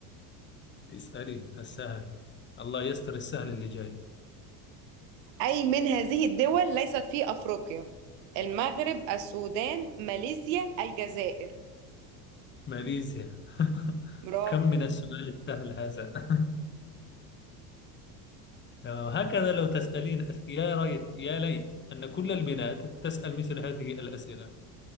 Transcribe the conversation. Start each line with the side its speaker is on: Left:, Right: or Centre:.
Left: اسألي السهل الله يستر السهل اللي جاي
Right: أي من هذه الدول ليست في أفريقيا المغرب السودان ماليزيا الجزائر
Left: ماليزيا <laughs>
Right: برافو
Left: كم من السؤال السهل هذا <laughs> هكذا لو تسألين أس- يا ريت يا ليت أن كل البنات تسأل مثل هذه الأسئلة